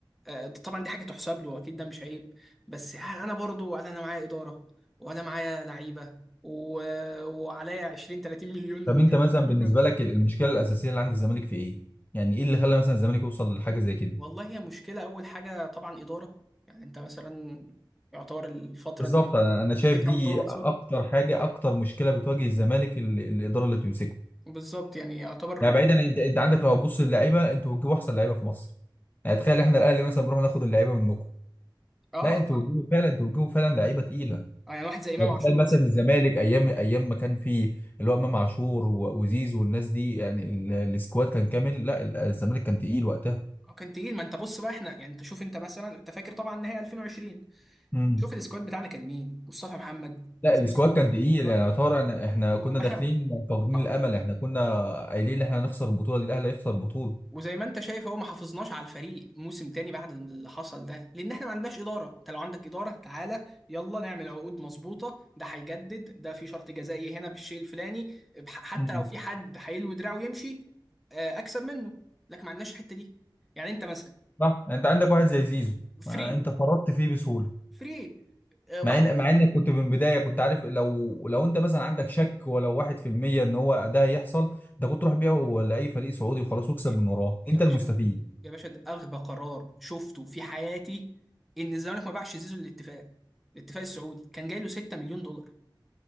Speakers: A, in the centre; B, on the left (about 20°).
A: آه، طبعا دي حاجه تحسب له اكيد ده مش عيب بس ها- انا برضو ولا انا معايا اداره ولا معايا لعيبه و... وعليا 20 30 مليون
B: طب انت
A: <laughs>
B: مثلا بالنسبه
A: فيفا
B: لك المشكله الاساسيه اللي عند الزمالك في ايه؟ يعني ايه اللي خلى مثلا الزمالك يوصل لحاجه زي كده؟
A: والله هي مشكله اول حاجه طبعا اداره يعني انت مثلا يعتبر الفتره
B: بالظبط
A: اللي
B: انا أنا
A: مسكها
B: شايف دي
A: مرتضى منصور
B: اكتر حاجه اكتر مشكله بتواجه الزمالك ال- الاداره اللي بتمسكه
A: بالظبط يعني يعتبر
B: يعني بعيدا انت انت عندك لو هتبص للعيبه انتوا بتجيبوا احسن لعيبه في مصر يعني تخيل احنا الاهلي مثلا بنروح ناخد اللعيبه منكم
A: اه
B: لا انتوا
A: ف-
B: بتجيبوا فعلا انتوا بتجيبوا فعلا لعيبه تقيله
A: آه، يعني واحد زي امام
B: يعني
A: عاشور
B: تخيل مثلا
A: مثلا
B: الزمالك ايام ايام ما كان فيه اللي هو امام عاشور و- وزيزو والناس دي يعني ال- السكواد كان كامل لا ال- الزمالك كان تقيل وقتها
A: آه، كان تقيل ما انت بص بقى احنا يعني انت شوف انت مثلا انت فاكر طبعا نهائي 2020
B: امم
A: شوف السكواد بتاعنا كان مين مصطفى محمد
B: لا
A: زيزو
B: السكواد كان تقيل
A: شرب
B: يعني يعتبر أنا- احنا
A: ما
B: كنا
A: ما
B: داخلين
A: احنا
B: فاقدين
A: ما
B: الامل احنا كنا قايلين ان احنا هنخسر البطوله دي الاهلي هيخسر البطوله
A: وزي ما انت شايف هو ما حافظناش على الفريق موسم تاني بعد اللي حصل ده لان احنا ما عندناش اداره انت لو عندك اداره تعالى يلا نعمل عقود مظبوطه ده هيجدد ده في شرط جزائي هنا بالشيء الفلاني بح- حتى
B: مم.
A: لو في حد هيلوي دراعه ويمشي آه، اكسب منه لكن ما عندناش الحته دي يعني انت مثلا
B: صح يعني انت عندك واحد زي زيزو ما
A: فري
B: انت فرطت فيه بسهوله
A: فري آه، واحد
B: مع ان مع انك كنت من البدايه كنت عارف لو لو انت مثلا عندك شك ولو 1% ان هو ده هيحصل ده كنت تروح بيعه لاي فريق سعودي وخلاص واكسب
A: يا
B: من وراه
A: يا
B: انت
A: باشا
B: المستفيد
A: يا باشا ده اغبى قرار شفته في حياتي ان الزمالك ما باعش زيزو للاتفاق الاتفاق السعودي كان جاي له 6 مليون دولار